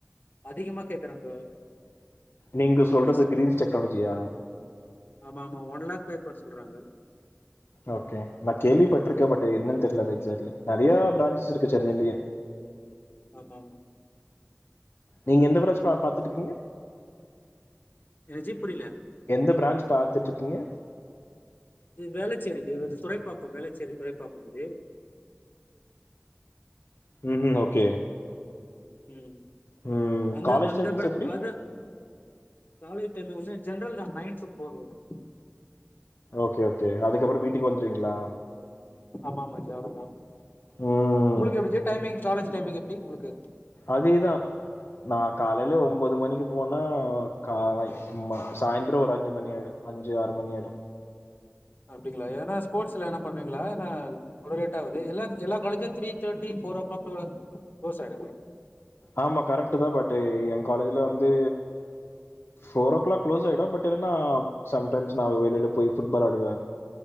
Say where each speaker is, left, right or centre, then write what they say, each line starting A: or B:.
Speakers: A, on the left; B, on the left.
A: அதிகமா கேக்குறாங்க
B: நீங்கள் சொல்றது
A: ஃபீஸ்.
B: கிரீன்ஸ் டெக்னாலஜியா
A: ஆமா ஆமா ஒன் லாக் பே பண் சொல்றாங்க
B: ஓகே நா கேள்விப்பட்ருக்கே பட் என்னன் தெர்லா எக்ஸாக்ட்லி நறையா பிராஞ்ஸ் இருக்கு சென்னைலியே
A: ஆமா ஆமா
B: நீங்க எந்த பிரான்ச்பா பாத்துட்ருக்கீங்க
A: என்ன ஜி புரில
B: எந்த பிராஞ்ச் பாத்துட்ருக்கீங்க
A: இது வேளச்சேரி இது வந்து துறைப்பாக்கம் வேளச்சேரி துறைப்பாக்கம் ஜி
B: ம் ம் ஓகே
A: ம்
B: ம்.
A: அந்த
B: காலேஜ்
A: அந்த
B: டைமிங்ஸ்
A: பிளான்
B: எப்படி?
A: அது காலேஜ் டைம்ல வந்து ஜென்ரல்தா நைன் டூ ஃபோர் வர்து
B: ஓகே ஓகே அதுகப்றோ மீட்டிங் வந்ருவீங்ளா
A: ஆமா ஆமா ஜி அவ்ளோதா
B: ம்.
A: உங்ளுக்கு எப்டி ஜி டைமிங் காலேஜ் டைமிங் எப்டி உங்ளுக்கு
B: அதேதா நா காலைல ஒம்போது மணிக்கு போனா கா மா சாய்ந்ரோ ஒரு அஞ்சு மணி ஆயிடு அஞ்சு ஆறு மணி ஆயிடு
A: அப்டிங்ளா எதுனா ஸ்போர்ட்ஸ்லா எதுனா பண்வீங்களா இல்ல அவ்ளோ லேட் ஆவுது எல்லா எல்லா காலேஜூ த்ரீ தேட்டி ஃபோர் ஓ கிளாக் ஓட கிளோஸ் ஆய்டுங்க
B: ஆமா கரெக்ட்தா பட் எ காலேஜ்ல வந்து ஃபோர் ஓ கிளாக் குளோஸ் ஆய்டு பட் என்னன்னா சம்டைம்ஸ் நா வெளியில போய் ஃபுட்பால் ஆடுவே